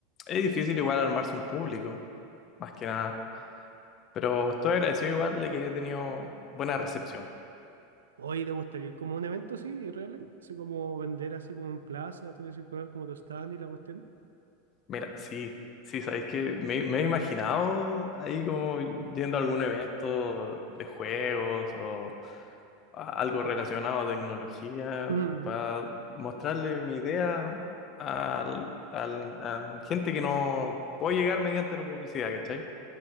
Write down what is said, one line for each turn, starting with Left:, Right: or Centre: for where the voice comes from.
Left: es difícil igual armarse un público, más que nada, pero estoy agradecido igual de que he tenido buena recepción.
Right: Oye, ¿te gustaría ir como a un evento así, irreal, Así como vender así como en plaza, tú decís poner como tu stand y la cuestión.
Left: Mira, sí, sí, sabéis que me, me he imaginado ahí como yendo a algún evento de juegos o a- algo relacionado a tecnología
Right: Mm,
Left: para mostrarle mi idea al, al- a gente que no puedo llegar mediante la publicidad, ¿cachai?